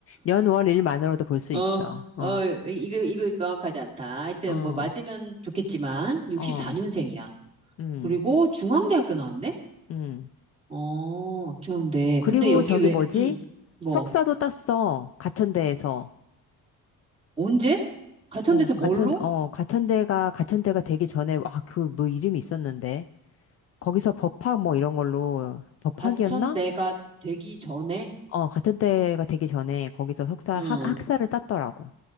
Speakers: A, on the left; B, on the right.
A: 연월일만으로도 볼 수
B: 어,
A: 있어. 어,
B: 어, 이- 이거, 이거 명확하지 않다. 하여튼
A: 어,
B: 뭐 맞으면 좋겠지만, 64년생이야.
A: 어, 음,
B: 그리고 중앙대학교 나왔네?
A: 음.
B: 어, 중앙대.
A: 그리고
B: 근데 여기
A: 저기
B: 왜,
A: 뭐지?
B: 음, 뭐,
A: 석사도 땄어. 가천대에서.
B: 언제? 가천대에서
A: 어,
B: 뭘로?
A: 가천, 어, 가천대가, 가천대가 되기 전에, 아, 그 뭐 이름이 있었는데. 거기서 법학 뭐 이런 걸로, 법학이었나?
B: 가천대가 되기 전에?
A: 어, 가천대가 되기 전에 거기서 석사,
B: 응.
A: 학, 학사를 땄더라고.